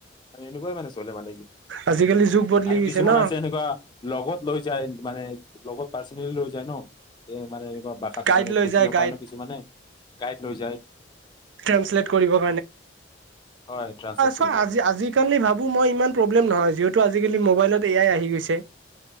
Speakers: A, on the left; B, on the right.
A: এনেকুৱাই মানে চলে মানে,
B: আজিকালি যুগ বদলি
A: আৰু
B: গৈছে
A: কিছুমান
B: ন
A: আছে এনেকুৱা লগত লৈ যায় মানে লগত পাৰ্ছনেলি লৈ যায় ন'। যে মানে এনেকুৱা ভাষাটো
B: গাইড
A: মানে
B: লৈ
A: বুজি
B: যায়
A: নাপায়
B: গাইড
A: ন' কিছুমানে গাইত ৰৈ যায়
B: ট্ৰেঞ্চলেট কৰিবৰ
A: হয় ট্ৰান্সলেট। কৰিব
B: অ',
A: কাৰণে
B: আজি আজিকালি ভাবো মই ইমান প্ৰব্লেম নহয় যি তো আজিকালি মোবাইলত এ আই আহি গৈছে।